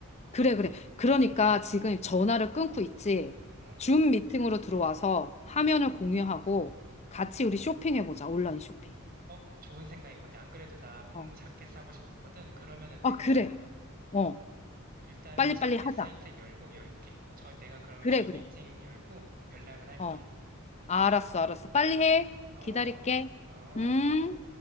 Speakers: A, on the left; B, on the right.
A: 그래, 그래. 그러니까 지금 전화를 끊고 있지.
B: 어,
A: 줌 미팅으로 들어와서 화면을
B: 어.
A: 공유하고 같이 우리 쇼핑해보자, 온라인 쇼핑.
B: 어, 좋은 생각일 것 같아. 안 그래도 나 봄
A: 어,
B: 자켓 사고 싶었거든. 그러면은 내가
A: 아, 그래. 어,
B: 어, 일단은
A: 빨리빨리
B: 자켓
A: 하자.
B: 사이트 열고 열게. 저 내가 그러면
A: 그래,
B: 준
A: 그래.
B: 미팅 열고 연락을 할게.
A: 어, 알았어, 알았어. 빨리 해.
B: 어?
A: 기다릴게.
B: 어?
A: 음.